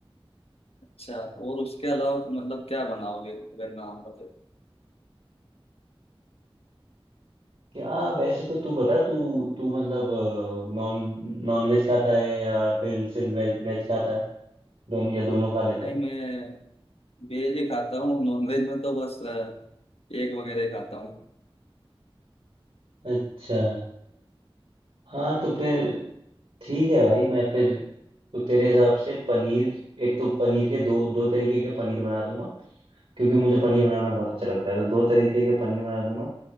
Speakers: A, on the left (about 85°); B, on the right (about 80°).
A: अच्छा और उसके अलावा तुम मतलब क्या बनाओगे अगर ना होगा तो
B: क्या वैसे तो तू बता तू तू मतलब नॉन नॉन वेज खाता है या फिर सिर्फ वेज वेज खाता है दोनों या दोनों खा लेता
A: नहीं
B: है
A: मैं वेज ही खाता हूँ नॉन वेज में तो बस अ, एग वगैरह ही खाता हूँ
B: अच्छा हाँ तो फिर ठीक है भाई मैं फिर तो तेरे हिसाब से पनीर एक तो पनीर के दो दो तरीके के पनीर बना दूंगा क्योंकि मुझे पनीर बनाना बहुत अच्छा लगता है तो दो तरीके के पनीर बना दूंगा